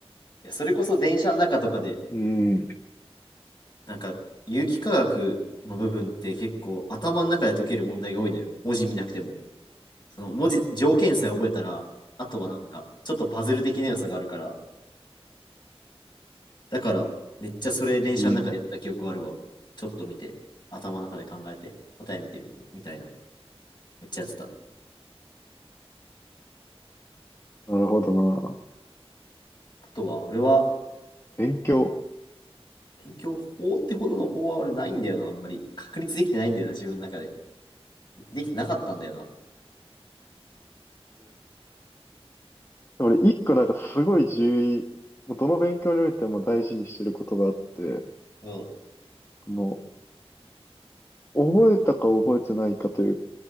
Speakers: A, on the left (about 45°); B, on the left (about 25°).
A: いや、それこそ電車の中とかで、
B: うん、
A: なんか、有機化学の部分って結構頭の中で解ける問題が多いのよ。文字見なくても。その文字、条件さえ覚えたら、あとはなんか、ちょっとパズル的な要素があるから、だから、めっちゃそれ電車の中でやった記憶あるわ。
B: うん。
A: ちょっと見て、頭の中で考えて、答え見てみてみたいな。めっちゃやってた。あ
B: なるほどな。
A: とは、俺は、
B: 勉強。
A: 勉強法ってほどの法は俺ないんだよな、あんまり。確立できてないんだよな、自分の中で。できてなかったんだよな。
B: 俺、一個なんかすごい重要、もうどの勉強においても大事にしてることがあって、
A: うん、
B: もう、覚えたか覚えてないかという